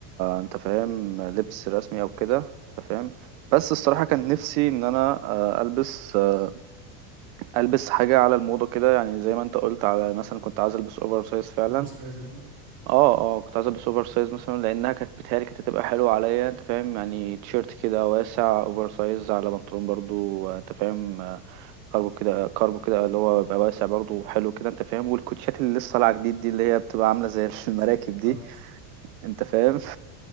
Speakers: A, on the right; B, on the right.
A: أنت فاهم لبس رسمي أو كده أنت فاهم بس الصراحة كان نفسي إن أنا آه، ألبس آه، ألبس حاجة على الموضة كده يعني زي ما أنت قلت على مثلا كنت عايز ألبس أوفر سايز فعلا
B: اوفر سايز مثلا
A: اه اه كنت عايز ألبس أوفر سايز مثلا لأنها كانت بتهيألي كانت هتبقى حلوة عليا أنت فاهم يعني تيشيرت كده واسع أوفر سايز على بنطلون برضو آه، أنت فاهم كارجو كده كارجو كده اللي هو بيبقى واسع برضه وحلو كده انت فاهم والكوتشات اللي لسه طالعه جديد دي اللي هي بتبقى عامله زي <laughs>
B: لبست
A: المراكب دي
B: في
A: انت فاهم <laughs>